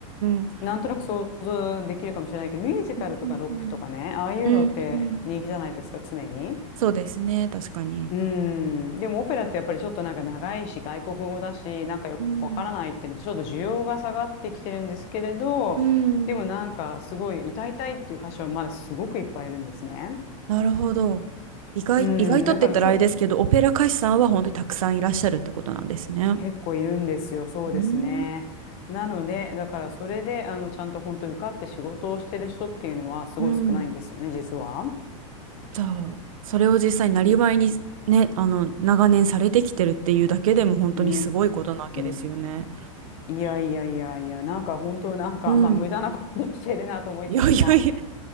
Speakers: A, on the right; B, on the left.
A: ん
B: なんとなく想像できるかもしれないけど、ミュージカルとかロックとかね、
A: うんうん
B: ああいうのって人気じゃないですか、
A: うんうん
B: 常に。
A: そうですね確かに
B: うん、でもオペラってやっぱりちょっとなんか長いし外国語だしなんかよくわからないっていうのでちょっと需要が下がってきてるんですけれどでもなんかすごい歌いたいっていう歌手はまだすごくいっぱいいるんですね。
A: うんうんなるほど意外、
B: うん、
A: 意外とって言ったらあれですけどオペラ歌手さんは本当にたくさんいらっしゃるってことなんですね。
B: だからちょっと結構いるんですよ、そうですね。
A: うん
B: なので、だからそれで、あの、ちゃんと本当受かって仕事をしてる人っていうのはすごい少ないんですよね、
A: うん
B: 実は。
A: じゃあそれを実際なりわいにねあの長年されてきてるっていうだけでも本当にすごいことなわけですよね。
B: うーん。いやいやいやいや、なんか本当なんか、
A: うん。
B: まあ無駄なことしてるなと思いつつも、
A: いやいやいや
B: まあ、